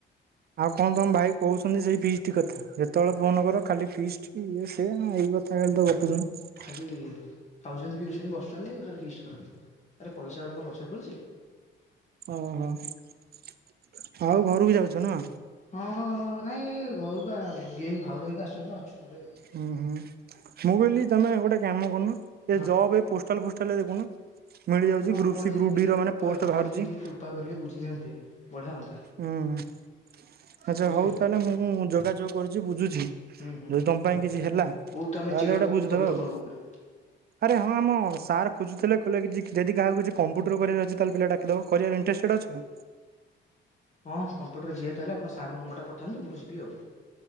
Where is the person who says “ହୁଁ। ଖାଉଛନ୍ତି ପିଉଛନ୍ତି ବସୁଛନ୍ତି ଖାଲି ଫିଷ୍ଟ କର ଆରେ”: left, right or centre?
Left